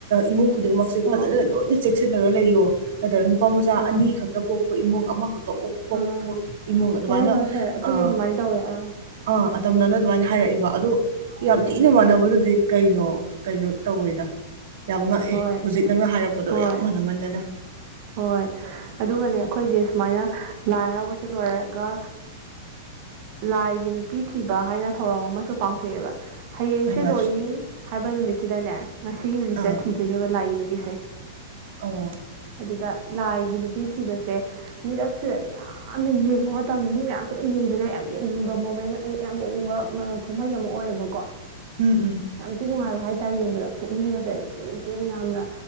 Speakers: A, on the right; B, on the right.
A: ꯏꯃꯨꯡ ꯈꯨꯗꯤꯡꯃꯛꯁꯦ
B: ꯑꯣ
A: ꯐꯖꯅ ꯂꯣꯏꯅ ꯆꯦꯛꯁꯤꯜꯂꯒ ꯂꯩꯌꯣ ꯅꯠꯇ꯭ꯔꯒ ꯅꯨꯄꯥ ꯃꯆꯥ
B: ꯑꯥ
A: ꯑꯅꯤ ꯈꯛꯇ ꯄꯣꯛꯄ ꯏꯃꯨꯡ ꯑꯃꯈꯛꯇꯣꯛ
B: ꯑꯥ
A: ꯏꯃꯨꯡ ꯑꯗꯨꯃꯥꯏꯅ
B: ꯍꯣꯏ ꯍꯣꯏ ꯍꯣꯏ ꯑꯩꯈꯣꯏꯁꯨ
A: ꯑ ꯑꯗꯨꯃꯥꯏꯅ
B: ꯇꯧꯋꯦ ꯑꯥ
A: ꯑꯥ ꯑꯇꯝꯅꯅ ꯑꯗꯨꯃꯥꯏꯅ ꯍꯥꯏꯔꯛꯏꯕ ꯑꯗꯨ ꯌꯥꯝ
B: ꯎꯝ
A: ꯊꯤꯅ ꯃꯥꯟꯅꯕꯗꯨꯗꯤ ꯀꯩꯅꯣ ꯀꯩꯅꯣ ꯇꯧꯋꯦꯗ ꯌꯥꯝ ꯉꯛꯑꯦ
B: ꯍꯣꯏ
A: ꯍꯧꯖꯤꯛ ꯅꯪꯅ ꯍꯥꯏꯔꯛꯄꯗꯣ
B: ꯍꯣꯏ
A: ꯌꯥꯝ ꯃꯅꯃꯟꯗꯅ
B: ꯍꯣꯏ ꯑꯗꯨꯒꯅꯦ ꯑꯩꯈꯣꯏꯗꯤ ꯁꯨꯃꯥꯏꯅ ꯂꯥꯏ ꯍꯔꯥꯎꯁꯦ ꯂꯣꯏꯔꯒ ꯂꯥꯏꯒꯤ ꯅꯨꯄꯤ ꯊꯤꯕ ꯍꯥꯏꯅ ꯊꯧꯔꯝ ꯑꯃꯁꯨ ꯄꯥꯡꯊꯣꯛꯑꯦꯕ ꯍꯌꯦꯡꯁꯦ
A: ꯑꯍꯩꯃꯥꯗꯨꯁꯨ
B: ꯂꯣꯏꯅꯤ ꯍꯥꯏꯕ ꯅꯨꯃꯤꯠꯁꯤꯗꯅꯦ ꯉꯁꯤ ꯅꯨꯃꯤꯠꯁꯦ
A: ꯑꯥ
B: ꯊꯤꯗꯣꯏꯅꯦꯕ ꯂꯥꯏꯒꯤ ꯅꯨꯄꯤꯁꯦ
A: ꯑꯣ
B: ꯑꯗꯨꯗ ꯂꯥꯏꯒꯤ ꯅꯨꯄꯤ ꯊꯤꯕꯁꯦ ꯃꯤꯔꯛꯁꯤꯗ ꯌꯥꯝ ꯌꯥꯝꯅ ꯌꯦꯡꯕ ꯃꯇꯝꯗ ꯃꯤ ꯃꯌꯥꯝꯁꯨ ꯂꯣꯏ ꯌꯦꯡꯗꯣꯏꯅ ꯌꯥꯝ ꯌꯦꯡꯅꯤꯡꯕ ꯃꯣꯃꯦꯟ ꯌꯥꯝ ꯌꯦꯡꯅꯤꯡꯕ ꯀꯨꯝꯍꯩ ꯑꯃ ꯑꯣꯏꯌꯦꯕꯀꯣ
A: ꯎꯝ ꯎꯝ
B: ꯌꯥꯝ ꯊꯤ ꯅꯨꯡꯉꯥꯏꯕ ꯍꯥꯏꯇꯥꯥꯔꯦ ꯌꯦꯡꯕꯗ ꯄꯨꯛꯅꯤꯡꯒꯁꯦ ꯆꯤꯡ ꯆꯤꯡ ꯌꯥꯝꯅ